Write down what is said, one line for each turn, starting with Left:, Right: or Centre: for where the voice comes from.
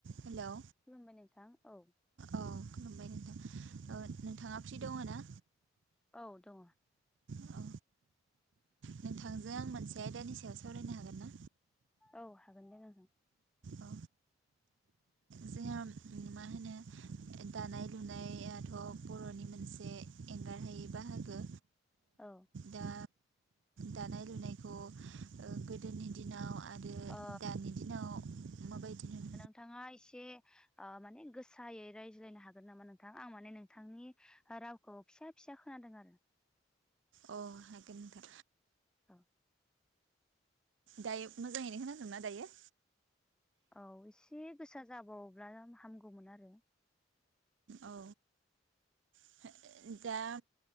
Right: Hello
Centre: खुलुमबाय नोंथां औ।
Right: औ खुलुमबाय नोंथां औ नोंथांङा फ्रि दङोना?
Centre: औ दंङ।
Right: औ नोंथांजों आं मोनसे आयदानि सायाव सावरायनो हागोन ना?
Centre: औ हागोन दे ओं
Right: औ जोंहा मा होनो दानाय लुनायाथ' बर'नि मोनसे एंगारहायि बाहागो।
Centre: औ
Right: दा दानाय लुनायखौ ओ गोदोनि दिनाव आरो
Centre: ओ
Right: दानि दिनाव माबायदिमोन?
Centre: नोंथांङा एसे माने गोसायै रायज्लायनो हागोन नामा नोंथां आं माने नों थांनि रावखौ फिसा फिसा खोनादों आरो।
Right: अ हागोन था।
Centre: औ
Right: दायो मोजाङैनो खोनादों ना दायो?
Centre: औ एसे गोसा जाबावोब्ला हामगौमोन आरो।
Right: औ। <unintelligible> दा